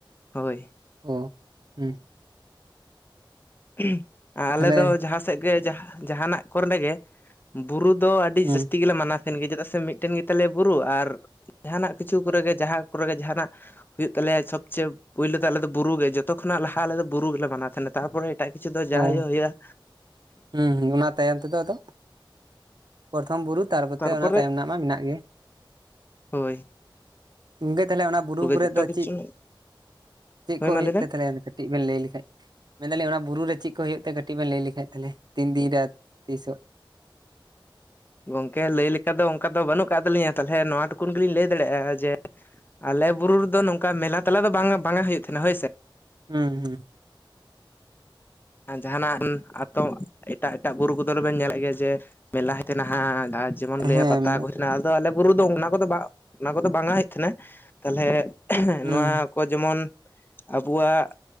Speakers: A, on the left; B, on the right.
A: ᱦᱳᱭᱼᱼ
B: ᱚ ᱦᱩᱸ ᱾
A: <unintelligible> ᱟᱞᱮ
B: ᱛᱟᱦᱚᱞᱮ
A: ᱫᱚ ᱡᱟᱦᱟᱸ ᱥᱮᱫ ᱜᱮ ᱡᱟ ᱡᱟᱦᱟᱱᱟᱜ ᱠᱚᱨᱮ ᱜᱮᱼᱼ ᱵᱩᱨᱩ ᱫᱚ ᱟᱹᱰᱤ
B: ᱦᱩᱸ
A: ᱡᱟᱹᱥᱛᱤ ᱜᱮᱞᱮ ᱢᱟᱱᱟᱼᱼ ᱥᱮᱱ ᱜᱮ ᱪᱮᱫᱟᱜ ᱥᱮ ᱢᱤᱫᱴᱮᱱ ᱜᱮ ᱛᱟᱞᱮᱭᱟ ᱵᱩᱨᱩ ᱟᱨ, ᱡᱟᱦᱟᱱᱟᱜ ᱠᱤᱪᱷᱩ ᱠᱚᱨᱮ ᱜᱮ ᱡᱟᱦᱟᱸ ᱠᱚᱨᱮ ᱜᱮ ᱡᱟᱸᱦᱟᱱᱟᱜᱼᱼ ᱦᱩᱭᱩᱜ ᱛᱟᱞᱮᱭᱟ ᱥᱚᱵᱽᱪᱮ ᱯᱩᱭᱞᱳ ᱫᱚ ᱟᱞᱮ ᱫᱚ ᱵᱩᱨᱩ ᱜᱮ ᱡᱚᱛᱚ ᱱᱟᱜ ᱞᱟᱦᱟ ᱟᱞᱮ ᱵᱩᱨᱩ ᱜᱮᱞᱮ ᱢᱟᱱᱟᱣ ᱛᱟᱸᱦᱮᱱᱟ ᱛᱟᱦᱼᱼ ᱮᱴᱟᱜ ᱠᱤᱪᱷᱩ ᱫᱚ ᱡᱟ
B: ᱚ
A: ᱦᱩᱭᱩᱜᱼᱟ ᱦᱩᱭᱩᱜᱼᱟ᱾
B: ᱦᱩᱸ ᱦᱩᱸ ᱚᱱᱟ ᱛᱟᱭᱚᱢ ᱛᱮᱫᱚ ᱟᱫᱚᱼᱼ ᱯᱨᱚᱛᱷᱚᱢ ᱵᱩᱨᱩ ᱛᱟᱨ ᱯᱚᱨᱛᱮ
A: ᱛᱟᱨᱯᱚᱨᱮ
B: ᱚᱱᱟ ᱛᱟᱭᱚᱢ ᱨᱮᱱᱟᱜ ᱢᱟ ᱢᱮᱱᱟᱜ ᱜᱮ ᱾
A: ᱦᱳᱭ ᱾
B: ᱜᱚᱝᱠᱮ ᱛᱟᱦᱞᱮ ᱚᱱᱟ ᱵᱩᱨᱩ ᱠᱚᱨᱮᱫ
A: ᱡᱚᱛᱚ
B: ᱫᱚ
A: ᱠᱤᱪᱷᱩ
B: ᱪᱮᱫ, ᱪᱮᱫ
A: ᱦᱳᱭ
B: ᱠᱚ
A: ᱢᱟ
B: ᱦᱩᱭᱩᱜ
A: ᱞᱟᱹᱭ ᱵᱮᱱ
B: ᱛᱮ ᱛᱟᱦᱞᱮ? ᱵᱮᱱ ᱞᱟᱹᱭ ᱞᱮᱠᱷᱟᱡ, ᱢᱮᱱ ᱫᱟᱞᱤᱧ ᱚᱱᱟ ᱵᱩᱨᱩ ᱨᱮ ᱪᱮᱫ ᱠᱚ ᱦᱩᱭᱩᱜ ᱛᱟᱸᱦᱮᱫ ᱠᱟᱹᱴᱤᱡ ᱵᱮᱱ ᱞᱟᱹᱭ ᱞᱮᱠᱷᱟᱡ ᱛᱟᱦᱚᱞᱮᱼᱼ ᱛᱤᱱ ᱫᱤᱱ ᱨᱮ ᱟᱨ ᱛᱤᱥᱚᱜ?
A: ᱜᱚᱝᱠᱮ ᱞᱟᱹᱭ ᱞᱮᱠᱟ ᱫᱚ ᱚᱱᱠᱟ ᱫᱚ ᱵᱟᱹᱱᱩᱜ ᱠᱟᱫ ᱛᱟᱞᱤᱧᱟ, ᱛᱟᱦᱚᱞᱮ ᱱᱚᱣᱟ ᱴᱩᱠᱩᱱ ᱜᱮᱞᱤᱧ ᱞᱟᱹᱭ ᱫᱟᱲᱮᱭᱟᱜᱼᱟ ᱡᱮᱼᱼ ᱟᱞᱮ ᱵᱩᱨᱩ ᱨᱮᱫᱚ ᱱᱚᱝᱠᱟ ᱢᱮᱞᱟ ᱛᱮᱞᱟ ᱫᱚ ᱵᱟᱝ ᱵᱟᱝᱟ ᱦᱩᱭᱩᱜ ᱛᱟᱸᱦᱮᱱᱟ ᱦᱚᱭ ᱥᱮ ᱾
B: ᱦᱩᱸ ᱦᱩᱸ ᱾
A: ᱡᱟᱸᱦᱱᱟᱜ ᱟᱸ ᱟᱛᱳ, ᱮᱴᱟᱜ ᱮᱴᱟᱜ ᱵᱩᱨᱩ ᱠᱚᱫᱚ ᱞᱮᱵᱮᱱ ᱧᱮᱞᱮᱫ ᱜᱮᱭᱟ ᱡᱮ ᱢᱮᱞᱟᱭ ᱛᱮ ᱱᱟᱦᱟᱜᱼᱼ ᱡᱮᱢᱚᱱ ᱞᱟᱹᱭᱟ
B: ᱦᱮᱸ
A: ᱯᱟᱛᱟ ᱠᱚ ᱛᱟᱦᱮᱸᱱᱟ, ᱟᱫᱚ ᱟᱞᱮ ᱵᱩᱨᱩ ᱫᱚ ᱚᱱᱟ ᱠᱚᱫᱚ ᱵᱟ ᱚᱱᱟ ᱠᱚᱫᱚ ᱵᱟᱝᱟ ᱦᱩᱭᱩᱜ ᱛᱟᱦᱮᱸᱱᱟ ᱛᱟᱦᱚᱞᱮᱼᱼ <unintelligible>
B: ᱦᱩᱸ
A: ᱱᱚᱣᱟ ᱠᱚ ᱡᱮᱢᱚᱱ ᱟᱵᱚᱣᱟᱜ